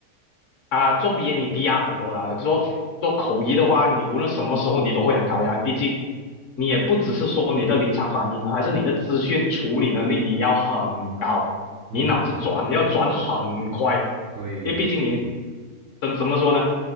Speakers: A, on the left (about 60°); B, on the right (about 65°).
A: 啊、做鼻炎你低压很多啦，做做口译的话，你无论什么时候你都会很高压，毕竟你也不只是说你的临场反应，还是你的资讯处理能力你要很高，
B: 嗯，
A: 你脑子转要转很快，因
B: 对，
A: 为毕竟你
B: 是的，
A: 怎怎么说呢？